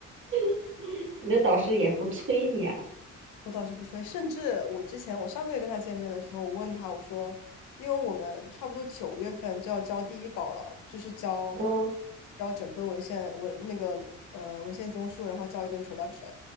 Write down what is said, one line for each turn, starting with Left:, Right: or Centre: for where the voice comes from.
Right: <laughs> 你的导师也不催你啊？
Left: 我倒是不催，甚至我之前我上个月跟他见面的时候，我问他我说，因为我们差不多九月份就要交第一稿了，就是交
Right: 嗯
Left: 交整个文献文那个呃文献综述，然后交一个 introduction，